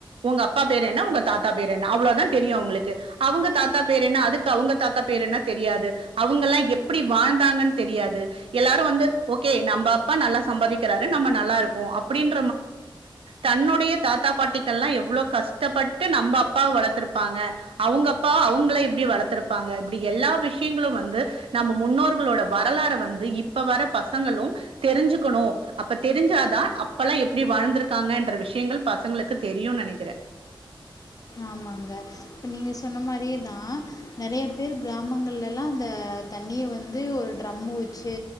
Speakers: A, on the right; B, on the left.
A: உங்க அப்பா பேர் என்ன உங்க தாத்தா பேர் என்ன அவ்வளோதான் தெரியும் அவங்களுக்கு அவங்க தாத்தா பேர் என்ன அதுக்கு அவங்க தாத்தா பேர் என்ன தெரியாது அவங்க எல்லாம் எப்படி வாழ்ந்தாங்கன்னு தெரியாது எல்லாரும் வந்து ஓகே நம்ம அப்பா நல்லா சம்பாதிக்கிறாரு நம்ம நல்லா இருக்கோம் அப்படின்னு தன்னுடைய தாத்தா பாட்டிகள்ல்லாம் எவ்வளவு கஷ்டப்பட்டு நம்ம அப்பாவ வளர்த்திருப்பாங்க அவங்க அப்பா அவங்கள இப்படி வளர்த்துருப்பாங்க இப்படி எல்லா விஷயங்களும் வந்து நம்ம முன்னோர்களோட வரலாறை வந்து இப்ப வர பசங்களும் தெரிஞ்சுக்கணும் அப்ப தெரிஞ்சாதான் ப்பலாம் எப்படி வாழ்ந்திருக்காங்க என்ற விஷயங்கள் பசங்களுக்கு தெரியும் நினைக்கிறேன்
B: ஆமாங்க இப்ப நீங்க சொன்ன மாதிரிதான் நிறைய பேர் கிராமங்கள்லல்லாம் அந்த தண்ணிய வந்து ஒரு ட்ரம் வச்சு